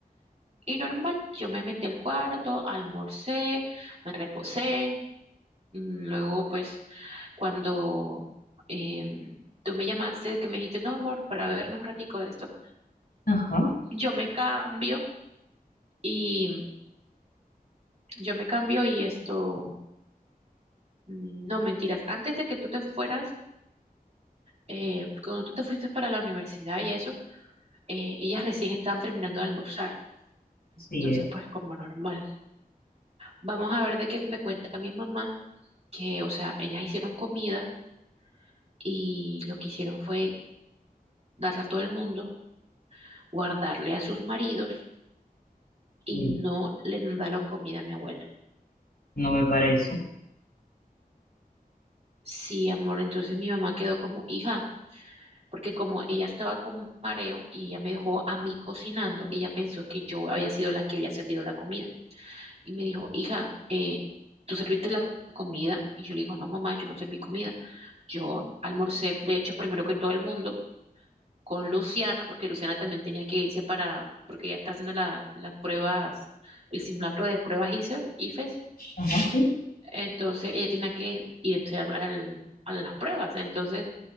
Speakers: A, on the right; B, on the left.
A: Y normal, yo me metí al cuarto, almorcé, me reposé. Mm, Luego, pues, cuando em, tú me llamaste, que me dijiste, no, amor, para vernos un ratico de esto,
B: Ajá,
A: yo me cambio y yo me cambio y esto, mm, no mentiras, antes de que tú te fueras, eh, cuando tú te fuiste para la universidad y eso, eh, ellas recién estaban terminando de almorzar. Entonces,
B: sí, es
A: pues como normal. Vamos a ver de qué me cuenta mi mamá, que, o sea, ellas hicieron comida y lo que hicieron fue darla a todo el mundo, guardarle a sus maridos y
B: que
A: no le mandaron comida a mi abuela.
B: no me parece.
A: Sí, amor, entonces mi mamá quedó como hija, porque como ella estaba con mareo y ella me dejó a mí cocinando, ella pensó que yo había sido la que había servido la comida. y me dijo, hija, eh, ¿tú serviste la comida? Y yo le digo, no, mamá, yo no serví comida. Yo almorcé, de hecho, primero que todo el mundo, con Luciana, porque Luciana también tenía que irse para, porque ella está haciendo la- las pruebas, el simulacro de pruebas ICEF, IFES,
B: Ajá, sí.
A: entonces ella tenía que irse al- al- a las pruebas. Entonces,